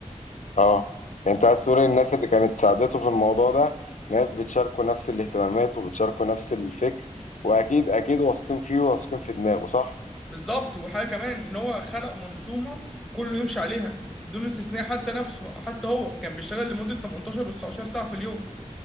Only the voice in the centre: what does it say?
بالظبط وحاجة كمان ان هو خلق منظومة كله يمشي عليها بدون استثناء حتى نفسه حتى هو كان بيشتغل لمدة 18 و19 ساعة في اليوم